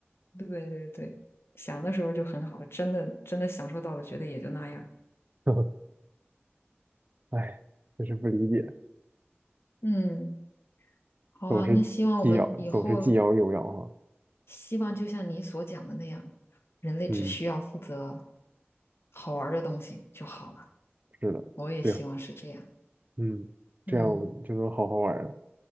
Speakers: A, on the left (about 65°); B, on the right (about 40°).
A: 对对对，想的时候就很好，真的真的享受到了，觉得也就那样。
B: <laughs> 哎，就是不理解，
A: 嗯。好啊，
B: 总是既要总是既要又要哈。
A: 那希望我们以后希望就像你所讲的那样，人类只需要负责
B: 嗯，
A: 好玩儿的东西就好了。
B: 是的，
A: 我也希望是这样。
B: 对呀，嗯，
A: 嗯
B: 这样我们就能好好玩了。